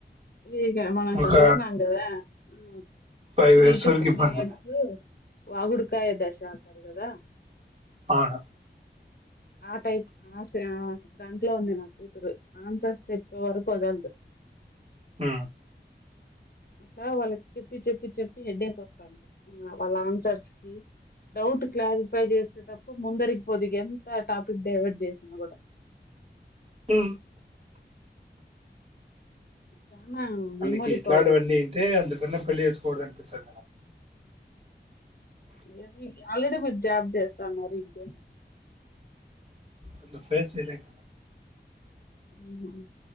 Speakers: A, on the left; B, on the right.
A: లేకే మనం
B: ఒక
A: చదువుకున్నాం కదా ఆ
B: ఫైవ్
A: త్రీ
B: ఇయర్స్
A: టు
B: వరకు
A: ఫోర్
B: ఇబ్బంది
A: ఇయర్స్ వగుడుకాయ దశా <unintelligible> గదా
B: ఆవును
A: ఆ టైప్ ఆ ఆ దాంట్లో ఉంది నా కూతురు ఆన్సర్స్ చెప్పే వరకు వదలదు
B: హ
A: అట్లా వాళ్ళకి చెప్పి చెప్పి చెప్పి హడ్డేక్ వస్తాంది వాళ్ళ ఆన్సర్స్ కి డౌట్ క్లారిఫై చేసే తప్ప ముందరిగిపోదు ఎంత టాపిక్ డైవర్ట్ చేసినా కూడా
B: అ
A: చానా మెమొరీ
B: అందుకె ఎట్లాంటివన్నీ
A: పవర్ ఉంది
B: వింటే అంత బిరిన పెళ్ళ చెస్ కూడుద అనిపిస్తది మేడమ్
A: ఏమి ఆల్రెడీ మీరు జాబ్ చేస్తన్నారు ఇంకేమ
B: అట్లా ఫేక్ చేయలేం కదా
A: అవును